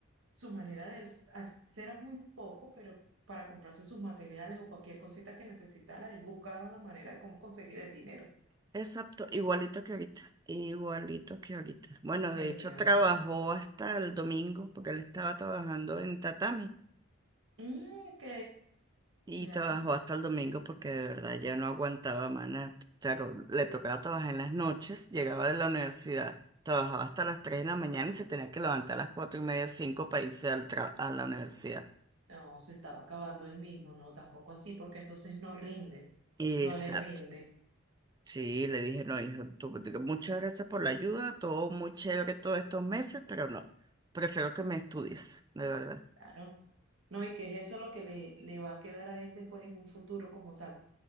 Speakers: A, on the right; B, on the right.
A: su manera de as- era muy poco, pero para comprarse sus materiales o cualquier cosita que necesitara, él buscaba la manera de cómo conseguir el dinero.
B: exacto, igualito que ahorita, igualito que ahorita. Bueno,
A: Genial.
B: de hecho trabajó hasta el domingo porque él estaba trabajando en tatami.
A: Mm, ok,
B: Y
A: ya.
B: trabajó hasta el domingo porque de verdad ya no aguantaba, mana. O sea, co- le tocaba trabajar en las noches, llegaba de la universidad, trabajaba hasta las 3 de la mañana y se tenía que levantar a las 4 y media, 5 para irse al tra- a la universidad.
A: No, se estaba acabando él mismo, no, tampoco así, porque entonces no rinde,
B: Exacto.
A: no le rinde.
B: Sí, le dije, no, hijo, tú- tú- muchas gracias por la ayuda, todo muy chévere todos estos meses, pero no, prefiero que me estudies, de verdad.
A: Claro. No, y que es eso lo que le, le va a quedar a él después en un futuro como tal.